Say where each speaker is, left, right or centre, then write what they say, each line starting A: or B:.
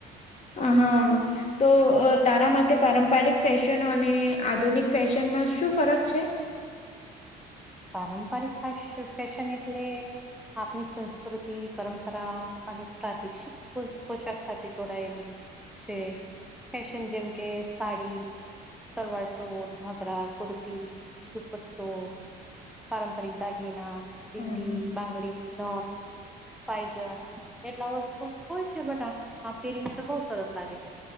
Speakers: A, on the left; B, in the centre.
A: હ હા. તો તારા માટે પારંપારિક ફેશન અને આધુનિક ફેશનમાં શું ફરક છે?
B: પારંપરિક ફેસ ફેશન એટલે આપની સંસ્કૃતિ પરંપરા અને પ્રાદેશિક પોશાક સાથે જોડાયેલી છે. ફેશન જેમ કે સાડી સલવાર સૂટ, ઘાઘરા, કુર્તી, દુપટ્ટો પારંપરિક દાગિના, ભિદી,
A: હા
B: બંગડી, ન પાયજન એટલા વસ્તુ હોય છે બધા આ પેરીને તો. બહુ સરસ લાગે છે.